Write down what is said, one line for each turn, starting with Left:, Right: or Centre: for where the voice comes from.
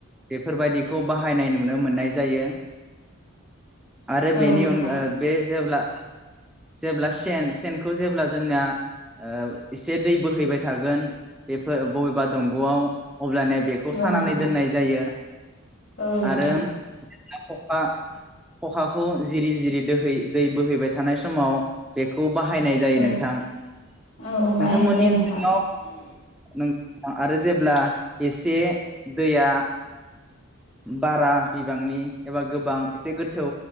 Centre: बेफोरबायदिखौ बाहायनाय नुनो मोननाय जायो। आरो बेनि
Left: औ नोंथां
Centre: अनगा बे जेब्ला जेब्ला सेन सेनखौ जेब्ला जोंनिया ओ एसे दै बोहैबाय था थागोन बेफोर बबेबा दंगआव अब्लानिया बेखौ सानानै
Left: औ नोंथां
Centre: दोननाय जायो
Left: औ नोंथां
Centre: आरो ना खखा खखाखौ जिरि जिरि दोहै दै बोहैबाय थानाय समाव बेखौ बाहायनाय जायो
Left: औ
Centre: नोंथां नोंथां
Left: औ बाहायनाय
Centre: मोननि
Left: जायो
Centre: ओनसो
Left: नोंथां
Centre: <unintelligible> आरो जेब्ला एसे दैया बारा बिबांनि एबा गोबां एसे गोथौ